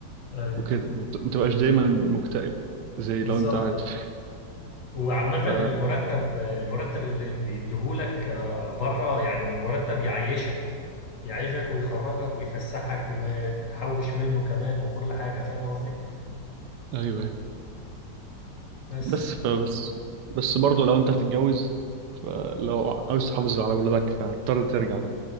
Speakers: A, on the left (about 50°); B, on the right (about 70°).
A: ايوه
B: وكده ما بت- ما تبقاش دايما مكتئب زي
A: بالظبط
B: لو انت قاعد في...
A: وعامة
B: ف...
A: المرتب المرتب اللي بيديهولك آه، بره يعني مرتب يعيشك يعيشك ويخرجك ويفسحك وتحوش منه كمان وكل حاجة فاهم قصدي؟
B: ايوه ايوه
A: بس
B: بس فبس بس برضه لو انت هتتجوز فلو عاوز تحافظ على اولادك فهتضطر ترجع بقى.